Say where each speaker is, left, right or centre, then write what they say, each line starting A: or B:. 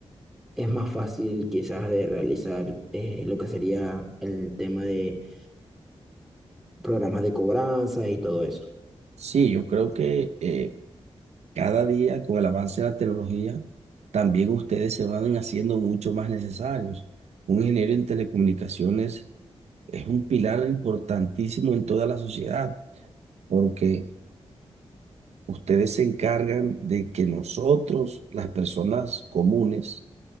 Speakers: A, in the centre; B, on the right (about 85°).
A: es más fácil quizás de realizar eh, lo que sería el tema de programas de cobranza y todo eso.
B: sí, yo creo que eh, cada día con el avance de la tecnología, también ustedes se van haciendo mucho más necesarios. Un ingeniero en telecomunicaciones es un pilar importantísimo en toda la sociedad, porque ustedes se encargan de que nosotros, las personas comunes,